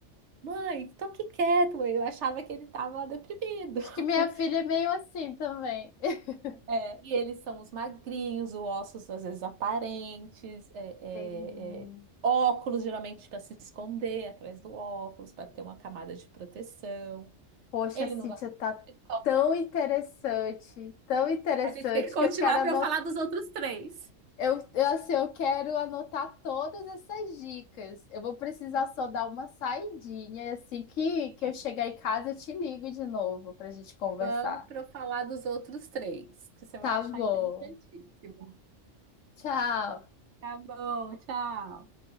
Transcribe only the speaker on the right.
Mãe, tô aqui quieto, mãe. Eu achava que ele tava deprimido.
<laughs>
É, e eles são os magrinhos, os ossos às vezes aparentes, é,
é, é, óculos geralmente para se esconder atrás do óculos, para ter uma camada de proteção.
Ele
não gosta
de toque.
A gente tem que continuar
para eu falar dos outros três.
Sim,
sim.
Vamos para eu falar dos outros três, que você
vai achar
interessantíssimo.
Tá bom, tchau.